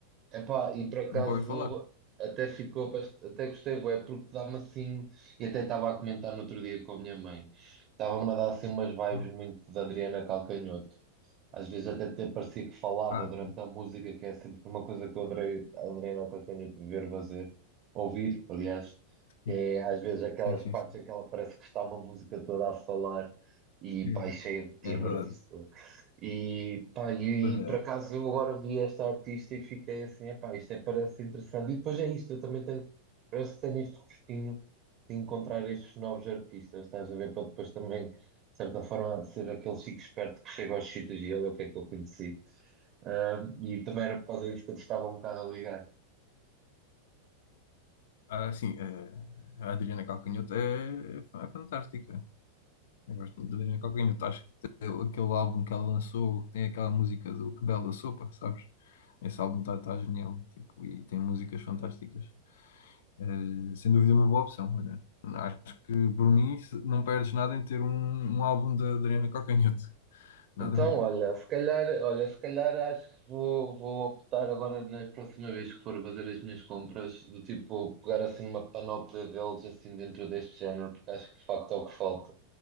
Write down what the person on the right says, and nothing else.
epá, e por acaso
até ficou, bast- até gostei, bué, porque dá-me assim, e até estava a comentar no outro dia com a minha mãe, estava-me a dar assim umas vibes
muito da Adriana Calcanhoto. Às vezes até, até parecia que falava
durante a música, que é sempre uma coisa que eu adorei, adorei na Cocanha de ver fazer, ouvir, aliás,
que é às vezes aquelas
partes
em que ela parece que está uma música toda a falar e
pá, e cheia de timbre.
Isso. E pá, e,
e, por
acaso eu agora vi esta artista e fiquei assim, epá, isto é, parece interessante. E depois é isto, eu também tenho, parece que tenho este gostinho de encontrar estes novos artistas, estás a ver, para depois também certa forma, ser aquele chico esperto que chega aos sítios e olha o que é que eu conheci. Ah, e também era por causa disso que eu te estava um bocado a ligar.
Então,
olha, se calhar, olha, se calhar acho que vou, vou optar agora na próxima vez que for fazer as minhas compras, do tipo pegar assim uma panóplia deles assim dentro deste género, porque acho que de facto é o que falta.